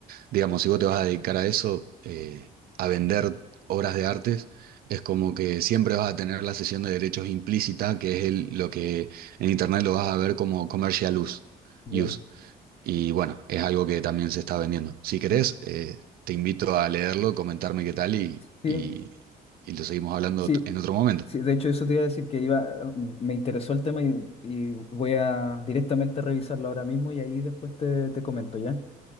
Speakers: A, on the right; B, on the left.
A: digamos, si vos te vas a dedicar a eso, eh, a vender obras de artes, es como que siempre vas a tener la cesión de derechos implícita, que es el, lo que en internet lo vas a ver como commercial use.
B: Ya.
A: use. Y bueno, es algo que también se está vendiendo. Si querés,
B: sí.
A: eh, te invito a leerlo, comentarme qué tal y,
B: Sí,
A: y, y lo seguimos hablando
B: sí,
A: ot- en otro momento.
B: sí, de hecho eso te iba a decir que iba, mm, me interesó el tema y, y voy a directamente revisarlo ahora mismo y ahí después te, te comento, ¿ya?